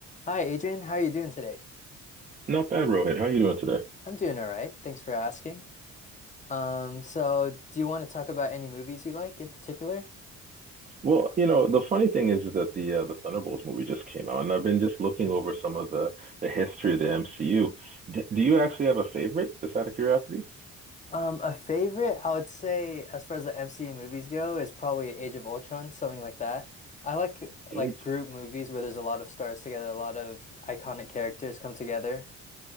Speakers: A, on the left; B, on the right.
A: Hi, Adrian. How are you doing today?
B: Not bad, Rohit. How are you doing today?
A: I'm doing all right. Thanks for asking. Um, so do you want to talk about any movies you like in particular?
B: Well, you know, the funny thing is that the uh, the Thunderbolts movie just came out, and I've been just looking
A: Hmm.
B: over some of the the history of the MCU. do you actually have a favorite, just out of curiosity?
A: Um, a favorite, I would say, as far as the MCU movies go, is probably Age of Ultron, something like that. I like like
B: Age.
A: group movies where there's a lot of stars together, a lot of iconic characters come together.